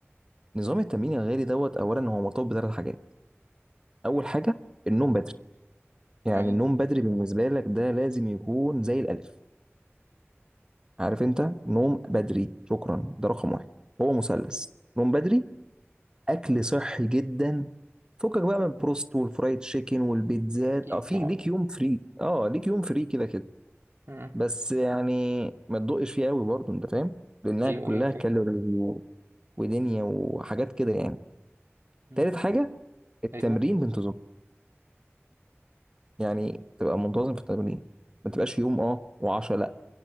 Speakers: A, on the right (about 20°); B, on the right (about 60°).
A: نظام التمرين الغالي دوت اولا هو مرتبط بثلاث حاجات اول حاجه
B: مم.
A: النوم بدري يعني
B: تمام
A: النوم بدري بالنسبه لك ده لازم يكون زي الالف عارف انت نوم بدري شكرا ده رقم واحد هو مثلث نوم بدري اكل صحي جدا فكك بقى من البروست والفرايد تشيكن والبيتزات
B: اكيد
A: اه في
B: طبعا
A: ليك يوم فري اه ليك يوم فري كده كده
B: امم
A: بس يعني ما تدقش فيه قوي برضه انت فاهم لانها
B: ايوه
A: كلها
B: ايوه فاهم
A: كالوري و- ودنيا وحاجات كده يعني
B: مم.
A: تالت حاجه التمرين
B: ايوه
A: بانتظام يعني
B: مم.
A: تبقى منتظم في التمرين ما تبقاش يوم اه و10 لا